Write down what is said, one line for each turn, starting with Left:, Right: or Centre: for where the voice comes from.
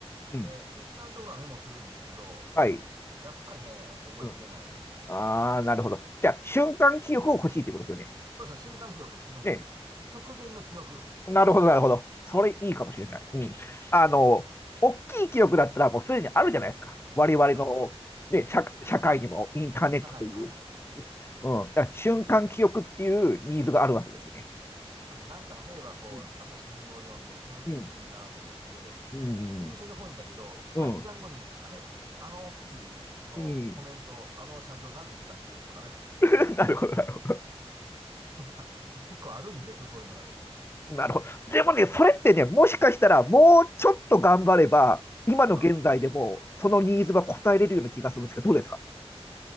Left: うん。
Right: で、必要なところはメモするんですけど、
Left: はい。
Right: やっぱりね、覚えきれないんですよね。
Left: うん。ああ、なるほど。じゃあ、瞬間記憶を欲しいってことですよね。
Right: そうですね瞬間記憶、瞬間記憶。
Left: ね。
Right: 直前の記憶。
Left: なるほど、なるほど。それいいかもしれない。うん。あの、大きい記憶だったらもうすでにあるじゃないですか。我々の、
Right: あ、もちろん。
Left: ね、社、社会にもインターネットという。
Right: 社会にも、はいはいはいはい。
Left: うん。だから瞬間記憶っていうニーズがあるわけですよね。
Right: そうですね。なんか例えば、こう、
Left: うん。
Right: 朝新聞を読んで、この記事いいなと思って、
Left: うん。うん。
Right: いい印象に残るんだけど、3時間後に、
Left: うん。
Right: あれ、あの記事のコメント、
Left: うん
Right: あの社長なんて言ってたっけとかね。
Left: <laughs> なるほど、なるほ
Right: なんか結構あるんです、そういうのがですね。<laughs>
Left: ど。なるほど。でもね、それってね、もしかしたらもうちょっと頑張れば、今の現在でもそのニーズは応えれるような気がするんですけど、
Right: は
Left: どうですか